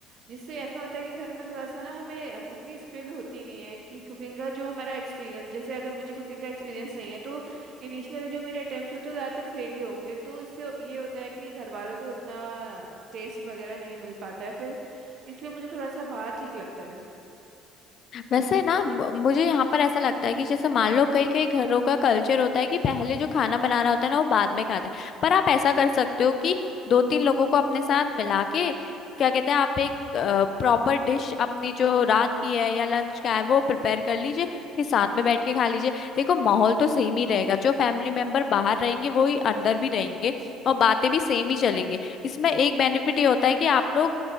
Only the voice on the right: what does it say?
जिससे ऐसा होता है कि घर में थोड़ा सा ना हमें उतनी स्किल होती नहीं है कि कुकिंग का जो हमारा एक्सपीरियंस जैसे अगर मुझे कुकिंग का एक्सपीरियंस नहीं है तो इनिशियल जो मेरे अटेम्प्ट होते हैं ज़्यादातर फेल ही होंगे तो इससे ये होता है कि घर वालों को उतना टेस्ट वगैरह नहीं मिल पाता है फिर इसलिए मुझे थोड़ा सा बाहर ठीक लगता है